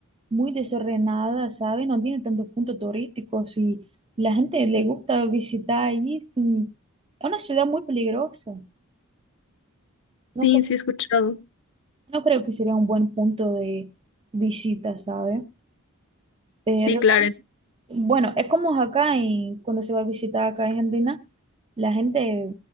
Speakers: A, on the right; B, on the left.
A: muy desordenada, ¿sabes? No tiene tantos puntos turísticos y la gente le gusta visitar allí. sí. Es una ciudad muy peligrosa.
B: Sí,
A: ¿no?
B: sí he escuchado.
A: No creo que sería un buen punto de visita, ¿sabes? Pero
B: Sí, claro.
A: bueno, es como acá y cuando se va a visitar acá a Argentina, la gente